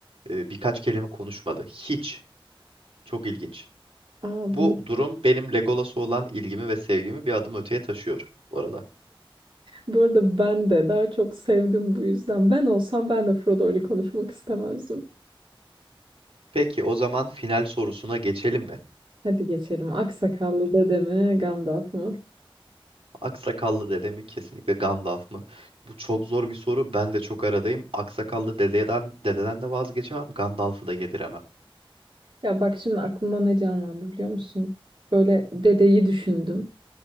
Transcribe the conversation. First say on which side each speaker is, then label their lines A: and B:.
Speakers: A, on the right (about 80°); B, on the right (about 60°).
A: e, birkaç kelime konuşmadı. Hiç. Çok ilginç.
B: Aa,
A: Bu
B: bunu
A: durum benim Legolas'a olan ilgimi ve sevgimi bir adım öteye taşıyor bu arada.
B: bu arada ben de daha çok sevdim bu yüzden. Ben olsam ben de Frodo Frodo'yla konuşmak istemezdim.
A: Peki o zaman final sorusuna geçelim mi?
B: Hadi geçelim. Aksakallı dede mi, Gandalf mı?
A: Aksakallı dede mi kesinlikle Gandalf mı? Bu çok zor bir soru. Ben de çok aradayım. Aksakallı dededen dededen de vazgeçemem. Gandalf'ı da yediremem.
B: Ya bak şimdi aklımda ne canlandı biliyor musun? Böyle dedeyi düşündüm.